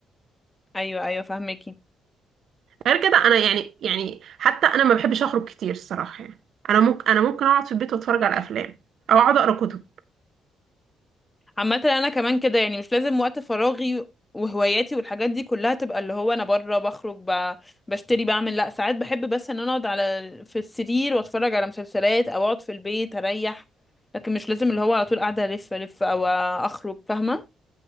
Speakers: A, on the left; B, on the right.
A: ايوه ايوه فهماكي
B: غير كده انا يعني يعني حتى انا ما بحبش اخرج كتير الصراحه يعني انا ممكن انا ممكن اقعد في البيت واتفرج على افلام او اقعد اقرا كتب
A: عامة انا كمان كده يعني مش لازم وقت فراغي وهواياتي والحاجات دي كلها تبقى اللي هو انا بره بخرج ب... بشتري بعمل لا ساعات بحب بس ان انا اقعد على في السرير واتفرج على مسلسلات او اقعد في البيت اريح لكن مش لازم اللي هو على طول قاعدة الف الف او اخرج فاهمة